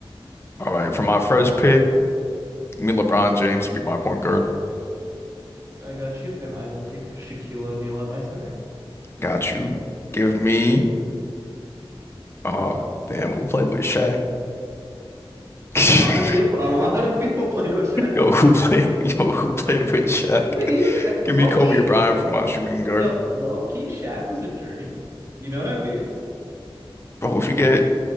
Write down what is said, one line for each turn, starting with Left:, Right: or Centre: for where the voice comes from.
Left: All right, for my first pick, give me LeBron James to be my point guard.
Right: I got you, and I will take Shaquille O'Neal at my center.
Left: Got you. Give me, uh, damn, who played with Shaq? <laughs>
Right: A lot of people, a lot of people played with Shaq.
Left: Yo, who played? Yo, who played with Shaq?
Right: Yeah, he was,
Left: Give
Right: Loki.
Left: me Kobe or Bryant for my shooting guard,
Right: Yo, low key, Shaq was a journeyman. You know what I mean?
Left: bro. If you get,